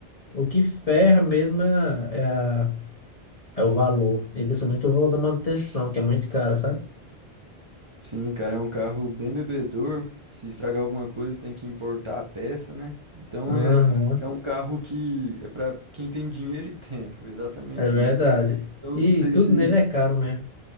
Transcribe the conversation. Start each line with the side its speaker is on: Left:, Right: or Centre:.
Left: O que ferra mesmo é, a- é, a- é o valor, e principalmente o valor da manutenção, que é muito cara, sabe?
Right: Sim, cara, é um carro bem bebedor. Se estragar alguma coisa, tem que importar a peça, né? Então
Left: Aham,
Right: é, é um carro que é pra quem tem dinheiro e <laughs> tempo, exatamente
Left: é verdade.
Right: isso. Então
Left: E
Right: eu não sei
Left: tudo
Right: se
Left: nele é caro mesmo.